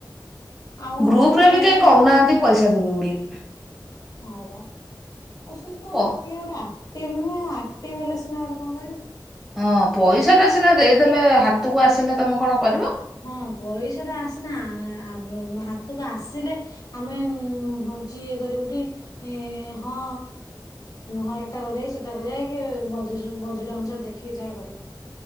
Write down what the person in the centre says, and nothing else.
ଗ୍ରୁପରେ
ବି
କେହି
କହୁନାହାନ୍ତି ପଇସା ଦେବେ ବୋଲି।
ପ
ହଁ ପଇସା ଟା ସିନା ଦେଇଦେଲେ ହାତକୁ ଆସିଲେ ତମେ କଣ କରିବ।